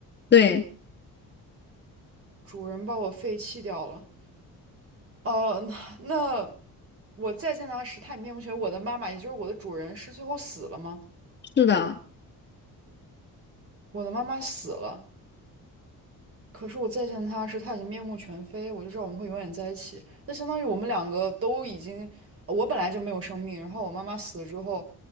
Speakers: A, on the left; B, on the right.
A: 对，
B: 主人把我废弃掉了。呃，<laughs> 那我再见到他时，他已面目全非。我的妈妈，也就是我的主人，是最后死了吗？
A: 是的，
B: 我的妈妈死了。可是我再见他时，他已经面目全非，我就知道我们会永远在一起。那相当于我们两个都已经，呃我本来就没有生命，然后我妈妈死了之后